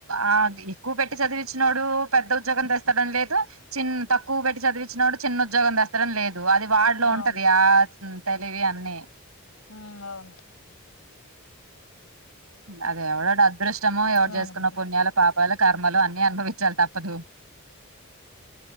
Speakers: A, on the right (about 80°); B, on the left (about 80°).
A: ఆ ఎక్కువ పెట్టి చదివిచ్చినోడు పెద్ద ఉద్యోగం తెస్తాడని లేదు చిన్ తక్కువ పెట్టి చదివిచ్చినోడు చిన్న ఉద్యోగం తెస్తాడని లేదు వది వాడ్లో
B: అవును.
A: ఉంటది యా మ్మ్ తెలివి అ నే
B: ఉ అవును
A: అది ఎవడో అదృష్టమో
B: నిజమేనండి.
A: ఎవరు చేసుకున్న పున్యాయాల పపామ్ తళ కర్మలు అన్ని అనుభవించాలి తప్పదు